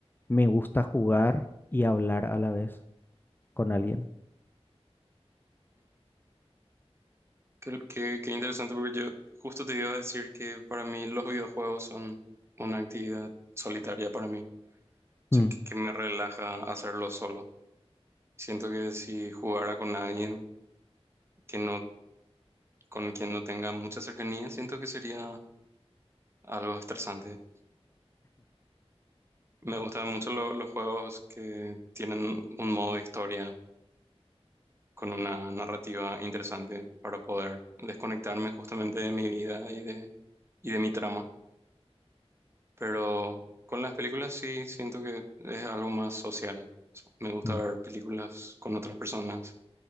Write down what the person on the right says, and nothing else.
Qué, qué- qué interesante porque yo justo te iba a decir que para mí los videojuegos son una actividad solitaria para mí, o sea,
que, que me relaja hacerlo solo. Siento que si jugara con alguien que no, con quien no tenga mucha cercanía, siento que sería algo estresante. Me gustan mucho lo- los juegos que tienen un modo de historia con una narrativa interesante para poder desconectarme justamente de mi vida y de, y de mi trama. Pero con las películas sí siento que es algo más social. Me gusta
ver películas con otras personas